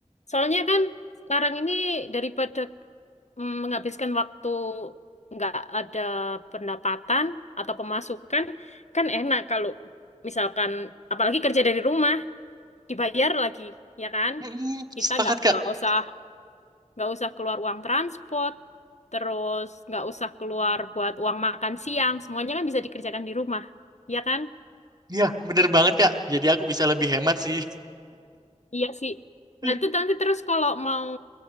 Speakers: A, on the left; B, on the right.
A: Soalnya kan sekarang ini daripada mm, menghabiskan waktu nggak ada pendapatan atau pemasukan, kan enak kalau misalkan apalagi kerja dari rumah dibayar lagi, ya kan?
B: Mm,
A: Kita
B: Sepakat
A: nggak
B: Kak.
A: nggak usah nggak usah keluar uang transport, terus nggak usah keluar buat uang makan siang, semuanya kan bisa dikerjakan di rumah, ya kan?
B: Iya, bener banget Kak. Jadi aku bisa lebih hemat sih.
A: Iya sih.
B: <laughs>
A: Nah itu nanti terus kalau mau